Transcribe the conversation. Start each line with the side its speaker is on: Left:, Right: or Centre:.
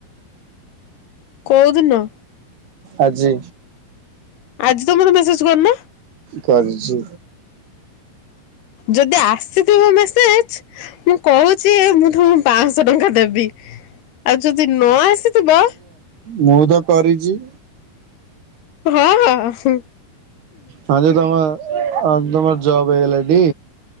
Left: କୋଉଦିନ
Right: ଆଜି
Left: ଆଜି ତ ମତେ ମେସେଜ କରିନ
Right: କରିଚି
Left: ଯଦି ଆସିଥିବ ମେସେଜ ମୁଁ କହୁଛି ମୁ ମୁଁ ପାଞ୍ଚଶହ ଟଙ୍କା ଦେବି। ଆଉ ଯଦି ନ ଆସିଥିବ
Right: ମୁଁତ କରିଛି
Left: ହଁ ହଁ ହ
Right: ହଁ ଜେ ତମ ତମର ଜବ ହେଇଗଲାଟି?